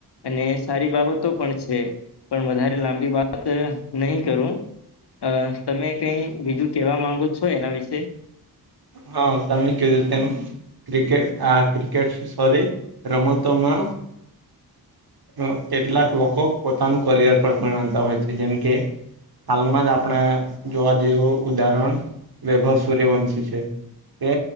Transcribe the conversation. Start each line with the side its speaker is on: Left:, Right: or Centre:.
Left: અને સારી બાબતો પણ છે, પણ વધારે લાંબી વાત નહી કરું. અ તમે કઈ બીજું કેવા માંગો છો એના વિશે?
Right: હા તમે કીધું તેમ ક્રિકેટ આ ક્રિકેટ શોરી રમતોમાં અ કેટલાક લોકો પોતાનું કરિયર પણ ગણતા હોય છે જેમ કે હાલમાંજ આપણે જોવા જેવું ઉદાહરણ વૈભવ સૂર્યવંશી છે. તે